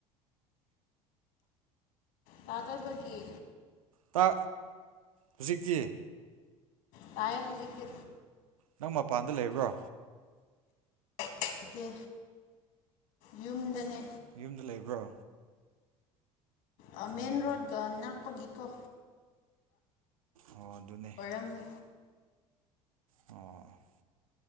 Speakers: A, on the left (about 55°); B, on the right (about 70°).
A: ꯇꯥꯗꯕꯒꯤ
B: ꯇꯥ ꯍꯧꯖꯤꯛꯇꯤ
A: ꯇꯥꯏ ꯍꯧꯖꯤꯛꯇꯤ
B: ꯅꯪ ꯃꯄꯥꯟꯗ ꯂꯩꯕ꯭ꯔꯣ
A: ꯂꯩꯇꯦ ꯌꯨꯝꯗꯅꯦ
B: ꯌꯨꯝꯗ ꯂꯩꯕ꯭ꯔꯣ
A: ꯑꯥ
B: ꯎꯝ
A: ꯃꯦꯟ ꯔꯣꯗꯀ ꯅꯥꯀꯄꯒꯤ ꯀꫭ
B: ꯑꯣ ꯑꯗꯨꯅꯦ
A: ꯑꯣꯏꯔꯝꯅꯤ
B: ꯑꯣ